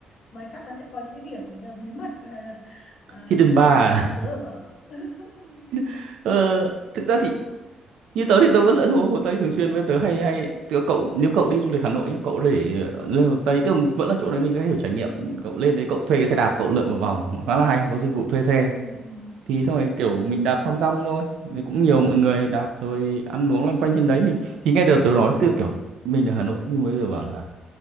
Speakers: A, on the left (about 65°); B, on the right (about 80°).
A: mà chắc là sẽ có những cái điểm kiểu như là bí mật là ờ,
B: Hidden Bar
A: mà mà bọn
B: à
A: tớ ở <laughs>
B: <laughs> ờ, thực ra thì như tớ thì tớ vẫn lượn Hồ, Hồ Tây thường xuyên với tớ hay hay tớ, cậu nếu cậu đi du lịch Hà Nội nhá cậu để ờ, lên Hồ Tây tức là vẫn là chỗ đấy mình sẽ hiểu trải nghiệm cậu lên đấy cậu thuê cái xe đạp cậu lượn một vòng khá là hay có dịch vụ thuê xe
A: ừ, ừ,
B: thì xong rồi kiểu
A: ừ,
B: mình
A: ừ,
B: đạp thong dong thôi đấy cũng nhiều mọi người đạp rồi ăn uống loanh quanh trên đấy thì, thì nghe được tớ nói từ kiểu mình ở Hà Nội nhưng mới giờ bảo là